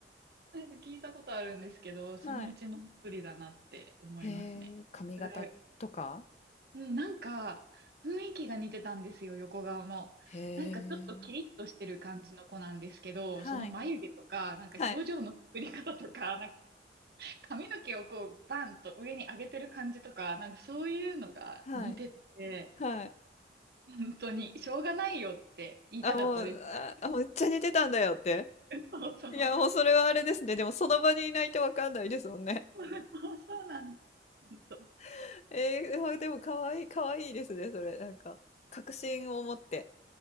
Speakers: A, on the right (about 55°); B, on the left (about 35°).
A: なんか聞いたことあるんですけど、そのうちの一人だなって思いますね。
B: はい。へえ、髪型とか？
A: ぐらい。うん、なんか雰囲気が似てたんですよ、横顔の。
B: へえ。
A: なんかちょっとキリッとしてる感じの子なんですけど、
B: はい。
A: その眉毛とか、なんか表情の作り方とか、
B: はい。
A: なん髪の毛をこう、バンと上に上げてる感じとか、なんかそういうのが似てて、
B: はい。はい。
A: 本当に、しょうがないよって言いたかったです。
B: あ、もう、ああ、めっちゃ似てたんだよって。
A: <laughs> そうそう。
B: いや、もうそれはあれですね。でもその場にいないとわかんないですもんね。
A: <laughs> そうそうなんです。本当い
B: <laughs> ええ、まあでも可愛い可愛いですね、それ、なんか、確信を持って。